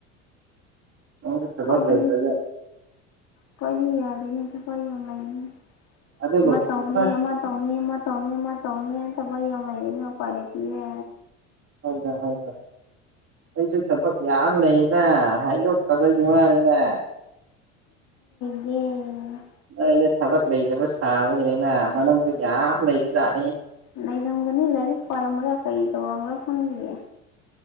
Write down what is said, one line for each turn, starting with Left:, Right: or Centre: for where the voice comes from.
Right: ꯅꯪꯁꯨ ꯊꯕꯛ
Left: ꯈꯣꯏꯗꯤ
Right: ꯂꯩꯇ꯭ꯔꯒ
Left: ꯈꯣꯏꯗꯤ ꯌꯥꯗꯦꯅꯦ ꯊꯕꯛ ꯌꯥꯝ ꯂꯩꯅꯦ
Right: ꯑꯗꯨꯕꯨ
Left: ꯑꯃ ꯇꯧꯅꯤ
Right: ꯍꯣꯏ
Left: ꯑꯃ ꯇꯣꯅꯤ ꯃ ꯇꯣꯅꯤ ꯑꯃ ꯇꯣꯅꯤ ꯊꯕꯛ ꯌꯥꯝ ꯂꯩ ꯑꯗꯨꯅ ꯎꯄꯥꯏ ꯂꯩꯇꯤꯌꯦ
Right: ꯍꯣꯏꯗ ꯍꯣꯏꯣꯗ ꯑꯩꯁꯨ ꯊꯕꯛ ꯌꯥꯝ ꯂꯩꯗ ꯍꯥꯏꯗꯣꯛꯇꯕ ꯋꯥꯅꯤꯅꯦ
Left: ꯎꯝ
Right: ꯅꯣꯏꯗ ꯊꯕꯛ ꯂꯩꯇꯕ ꯁꯥꯕꯒꯤꯅꯤꯅ ꯃꯅꯨꯡꯗ ꯌꯥꯝ ꯂꯩꯕꯖꯥꯠꯅꯤ
Left: ꯂꯩꯔꯝꯒꯅꯤ ꯂꯥꯏꯔꯤꯛ ꯄꯥꯔꯝꯕ꯭ꯔꯥ ꯀꯔꯤ ꯇꯧꯔꯝꯕ꯭ꯔꯥ ꯈꯪꯗꯤꯌꯦ